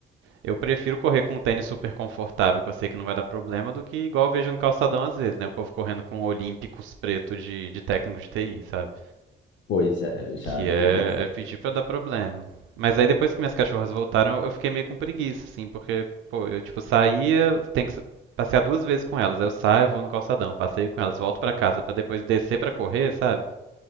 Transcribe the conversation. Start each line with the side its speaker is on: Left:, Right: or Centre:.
Right: eu prefiro correr com um tênis super confortável, que eu sei que não vai dar problema, do que igual eu vejo no calçadão às vezes, né? O povo correndo com olímpicos preto de, de técnico de TI, sabe?
Left: Pois é, eu já
Right: Que
Left: vi
Right: é,
Left: dessa.
Right: é pedir pra dar problema. Mas aí depois que minhas cachorras voltaram, eu fiquei meio com preguiça, assim, porque, pô, eu tipo saía, tenho que sa- passear duas vezes com elas. Aí eu saio, eu vou no calçadão, passeio com elas, volto pra casa pra depois descer pra correr, sabe?